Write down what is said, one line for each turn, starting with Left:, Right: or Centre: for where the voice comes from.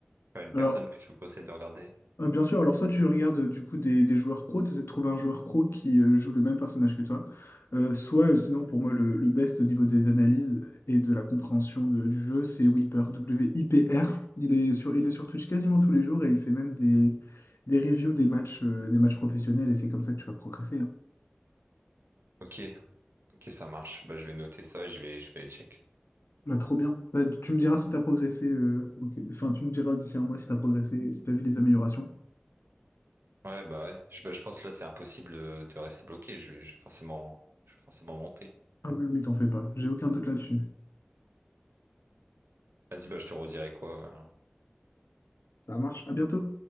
Right: enfin une personne
Left: Alors,
Right: que tu me conseilles de regarder?
Left: Euh, bien sûr, alors soit tu regardes euh, du coup des, des joueurs pro, tu essaies de trouver un joueur pro qui euh, joue le même personnage que toi, Euh, soit euh, sinon pour moi le, le best au niveau des analyses et de la compréhension de- du jeu, c'est Wiper, W-I-P-R. Il est sur, il est sur Twitch quasiment tous les jours et il fait même des, des reviews des matchs, euh, des matchs professionnels et c'est comme ça que tu vas progresser. hein.
Right: Ok, ok, ça marche. Bah, je vais noter ça et je vais, je vais les check.
Left: Bah, trop bien. Bah, tu me diras si tu as progressé, euh, ok. Enfin tu me diras d'ici un mois si tu as progressé, si tu as vu des améliorations.
Right: Ouais, bah ouais. Je, bah, je pense que là, c'est impossible de, de rester bloqué. Je vais, je vais forcément, je vais forcément monter.
Left: Ah oui, oui, t'en fais pas, j'ai aucun doute là-dessus.
Right: Vas-y, bah, je te redirai quoi. euh.
Left: Ça marche, à bientôt.